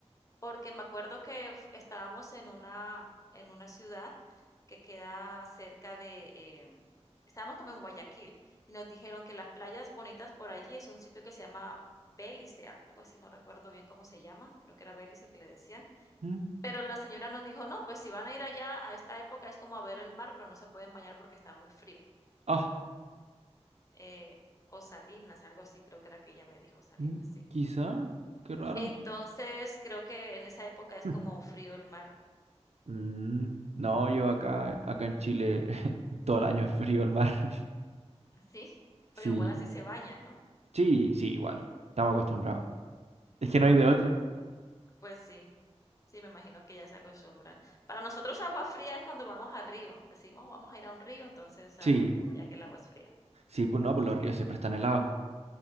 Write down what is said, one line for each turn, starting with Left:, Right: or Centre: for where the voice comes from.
Left: Porque me acuerdo que f- estábamos en una, en una ciudad que queda cerca de, em, estábamos como en Guayaquil y nos dijeron que las playas bonitas por allí es un sitio que se llama Bélice, algo así, no recuerdo bien cómo se llama, creo que era Bélice que le decían,
Right: Mm,
Left: pero la señora nos dijo, no, pues si van a ir allá a esta época es como a ver el mar, pero no se pueden bañar porque está muy frío.
Right: ah,
Left: Eh, o Salinas, algo así, creo que era que ella me dijo Salinas,
Right: mm,
Left: sí.
Right: quizá, qué raro.
Left: Entonces, creo que en esa época es
Right: <laughs>
Left: como frío el mar.
Right: Mm, no, yo acá, acá en Chile <laughs> todo el año es frío el mar. <laughs>
Left: Sí,
Right: Sí,
Left: pero igual así se bañan, ¿no?
Right: sí, sí, igual. Estamos acostumbrados. Es que no hay de otra.
Left: Pues sí. Sí, me imagino que ya se acostumbran. Para nosotros agua fría es cuando vamos a río. Decimos, vamos a ir a un río, entonces
Right: Sí,
Left: ah, uno ya que el agua es fría.
Right: sí, pues no, pues los
Left: Claro,
Right: ríos siempre están helados.